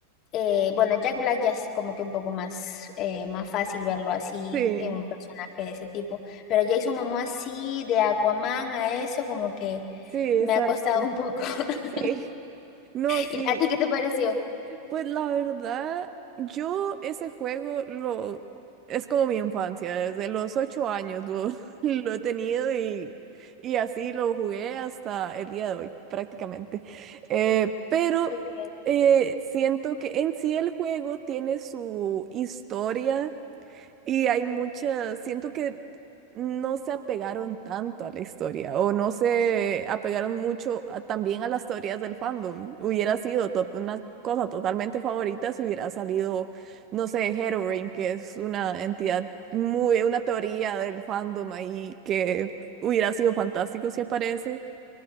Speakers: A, on the left (about 35°); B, on the right (about 30°).
A: Eh, bueno, Jack Black ya es como que un poco más, eh, más fácil verlo así
B: sí,
A: en un personaje de ese tipo, pero Jason Momoa así de Aquaman a eso como que
B: sí, exacto.
A: me ha costado un poco. <laughs>
B: Sí, no, sí.
A: ¿Y a ti qué te pareció?
B: Pues la verdad, yo ese juego lo es como mi infancia, desde los ocho años lo, <laughs> lo he tenido y, y así lo jugué hasta el día de hoy, prácticamente. Eh, pero
A: Ok,
B: eh, siento que en sí el juego tiene su historia Y hay muchas, siento que no se apegaron tanto a la historia o no se
A: así.
B: apegaron mucho a- también a las teorías del fandom. Hubiera sido to- una cosa totalmente favorita si hubiera salido, no sé, Herobrine, que es una entidad muy, una teoría del fandom ahí que hubiera sido fantástico si aparece.